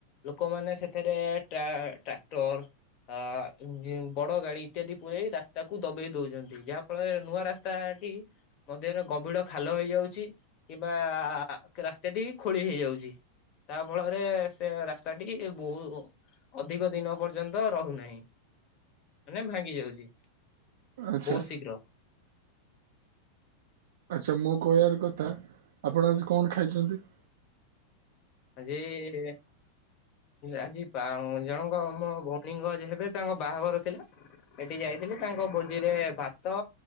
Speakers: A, on the left (about 40°); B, on the right (about 55°).
A: ଲୋକମାନେ ସେଥିରେ ଟ୍ରା ଟ୍ରାକ୍ଟର ଆ ବଡ ଗାଡି ଇତ୍ୟାଦି ପୁରେଇ ରାସ୍ତାକୁ ଦବେଇ ଦଉଛନ୍ତି ଯାହା ଫଳରେ ନୂଆ ରାସ୍ ସ୍ତାଟି। ମଧ୍ୟରେ ଗଭୀଡ ଖାଲ ହେଇଯାଉଛି କିମ୍ବା ରାସ୍ତାଟି ଖୋଳି ହେଇଯାଉଛି। ତା ଫଳରେ ସେ ରାସ୍ତାଟି ବହୁ ଅଧିକ ଦିନ ପର୍ଯ୍ୟନ୍ତ ରହୁନାହିଁ ମାନେ ଭାଙ୍ଗି ଯାଉଛି
B: ଆଚ୍ଛା
A: ବହୁତ ଶୀଘ୍ର।
B: ଆଚ୍ଛା ମୋ କହିବାର କଥା ଆପଣ ଆଜି କଣ ଖାଇଛନ୍ତି?
A: ଆଜି ଆଜି ବା ଜଣଙ୍କ ମୋ ଭଉଣୀଙ୍କ ହେବେ ତାଙ୍କ ବାହାଘର ଥିଲା। ସେଠିକି ଯାଇଥିଲି ତାଙ୍କ ଭୋଜିରେ ଭାତ